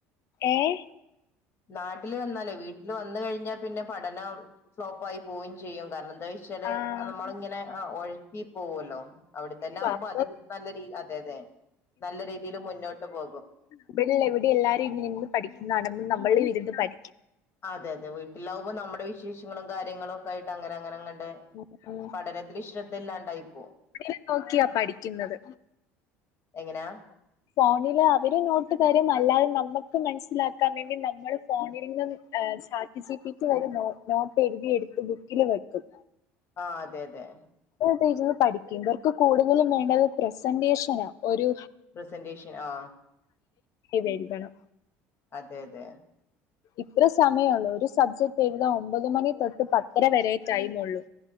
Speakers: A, on the left (about 60°); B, on the left (about 40°).
A: ഏ
B: നാട്ടില് വന്നാലേ വീട്ടില് വന്ന കഴിഞ്ഞാ പിന്നെ പഠനം ഫ്ലോപ്പ ആായി പോവുകയും ചെയ്യും കാരണം എന്താ വെച്ചാല്
A: ആഹ്
B: നമ്മളിങ്ങനെ ആ ഒഴക്കി പോകല്ലോ അവിടെ തന്നെ ആകുമ്പോ
A: അപ്പൊ
B: അത് നല്ല അതെ അതെ നല്ല രീതിയിൽ മുന്നോട്ട് പോ
A: ഇവിടെല്ല ഇവിടെ എല്ലാരും ഇങ്ങനെ ഇന്ന് പഠിക്കുന്നതാണ് നമ്മള വിരുന്ന് പഠ
B: അതെ അതെ വീട്ടിലാവകുമ്പോ നമ്മുടെ വിശേഷങ്ങളും കാര്യങ്ങളും ഒക്കെയിട്ട് അങ്ങനെ അങ്ങനെ
A: ഉ ഉ
B: പഠനത്തിൽ ശ്രദ്ധ ഇല്ലാണ്ടായി പോവും
A: എ നോക്കിയാ പഠിക്കുന്നത്
B: എങ്ങനാ
A: ഫോണില് അവര് നോട്ട് തരും അല്ലാും നമുക്ക് മനസ്സിലാക്കാൻ വേണ്ടി നമ്മൾ ഫോണിൽ നിും സാറ്റജി വ നോട്ട്ഴുതി എടുത്ത് ബുക്കില് വെക്കും
B: ആ അതെ അതെ
A: എന്നിട്ട് ഇരുന്ന് പഠിക്കും ഇവർക്ക് കൂടുതലും വേണ്ടത് പ്രസന്റേഷന ആ ഒരു
B: പ്രസന്റേഷൻ ആ
A: ചെയ്രികണം
B: അതെ അതെ
A: ഇത്ര സമയുള്ളൂ ഒരു സബ്ജക്ട് എഴുത ഒമ്പതു മണി തൊട്ട് പത്തര വരേറ്റൈരുന്നുള്ളൂ